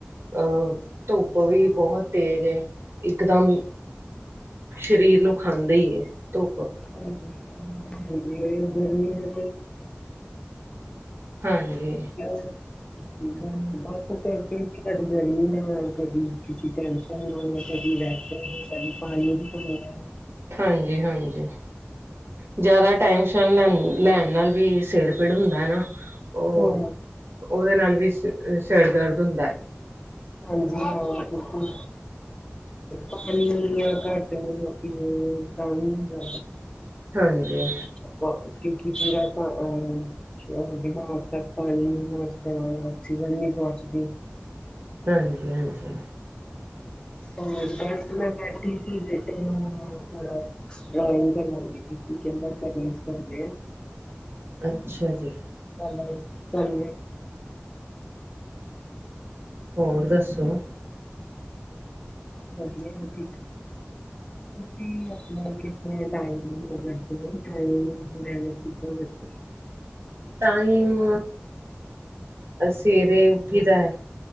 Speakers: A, on the right (about 65°); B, on the left (about 20°).
A: ਅਹ ਧੁੱਪ ਵੀ ਬਹੁਤ ਤੇਜ਼ ਏ ਇਕਦਮ ਸਰੀਰ ਨੂੰ ਖਾਂਦੀ ਹੀ ਏ ਧੁੱਪ
B: ਹਾਂਜੀ ਹਾਂ ਗਰਮੀ ਨਾ
A: ਹਾਂਜੀ
B: <unintelligible> <unintelligible> ਬਸ ਫਿਰ ਕਦੇ ਗਰਮੀ ਨਾ ਕਦੀ ਕਿਸੇ ਟਾਈਮ ਕਦੀ ਰਹਿਤੇ ਕਦੇ ਪਾਣੀ ਦੀ ਕਮੀਂ ਆ
A: ਹਾਂਜੀ ਹਾਂਜੀ ਜ਼ਿਆਦਾ ਟੈਸ਼ਨ ਲੈਣ ਲੈਣ ਨਾਲ ਵੀ ਸਿਰ ਪੀੜ ਹੁੰਦਾ ਏ ਨਾ ਉਹ
B: ਹਾਂ ਹਾਂ
A: ਉਹਦੇ ਨਾਲ ਵੀ ਸ ਸਿਰ ਦਰਦ ਹੁੰਦਾ ਹੈ।
B: ਹਾਂਜੀ ਹਾਂ ਬਿਲਕੁਲ ਟਾਈਮ ਵੀ ਘੱਟ ਹੋ ਮਰਜੀ ਹੋ ਜਾਏ ਕੰਮ ਨੀ ਹੁੰਦਾ
A: ਹਾਂਜੀ
B: <unintelligible> <unintelligible>
A: ਹਾਂਜੀ ਹਾਂਜੀ
B: ਹੋਰ ਵੈਸੇ ਮੈਂ ਬੈਠੀ ਸੀ ਬੇਟੇ ਨੂੰ ਥੋੜਾ ਡਇੰਗ ਕਰਨਾ ਦੀ ਬੀ ਪੀ ਕੇ ਅੰਦਰ ਕਰਵ ਕਰਦੇ
A: ਅੱਛਾ ਜੀ।
B: ਚ ਚੱਲ
A: ਹੋਰ ਦੱਸੋ
B: ਵਧੀਆ ਸੀ ਤੁਸੀਂ ਆਪਣਾ ਕਿਸ ਤਰ੍ਹਾਂ ਟਾਇਮ ਕਰਦੇ ਹੋ ਟਾਈਮ ਮੈਨੇਜ ਕਿੱਦਾਂ ਕਰਦੇ ਹੋ?
A: ਟਾਈਮ ਸਵੇਰੇ ਉੱਠੀ ਦਾ ਹੈ।